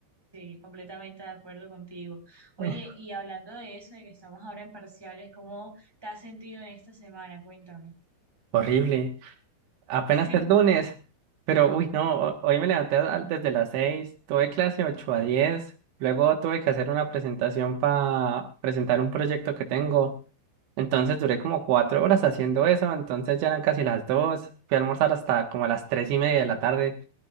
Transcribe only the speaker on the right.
Eh,
horrible. Apenas
el lunes. Pero, uy, no,
ho- hoy me levanté a- desde las 6. tuve clase 8 a 10. luego tuve que hacer una presentación para presentar un proyecto que tengo. Entonces duré como cuatro horas haciendo eso, entonces ya eran casi las dos, fui a almorzar hasta como a las tres y media de la tarde,